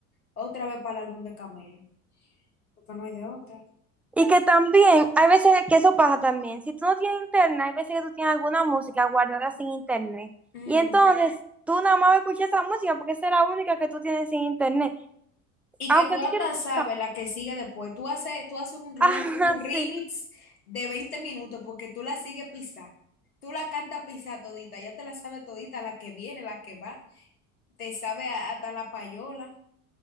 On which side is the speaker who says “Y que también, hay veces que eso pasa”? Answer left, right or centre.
Centre